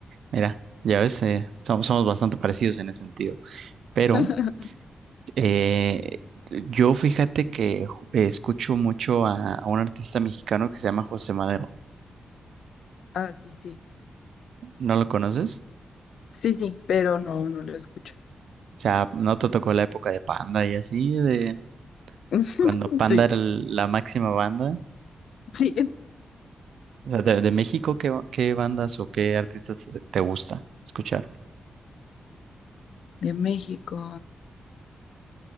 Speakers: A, on the right (about 80°); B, on the left (about 85°).
A: Mira, ya ves, eh, som- somos bastante parecidos en ese sentido. Pero
B: <laughs>
A: eh, yo fíjate que ju- eh, escucho mucho a, a un artista mexicano que se llama José Madero.
B: Ah, sí, sí.
A: ¿No lo conoces?
B: Sí, sí, pero no, no lo escucho.
A: O sea, ¿no te tocó la época de Panda y así, de
B: <laughs>
A: cuando Panda
B: Sí,
A: era el- la máxima banda?
B: sí.
A: O sea, de, de México, ¿qué, ba- qué bandas o qué artistas te te gusta escuchar?
B: De México.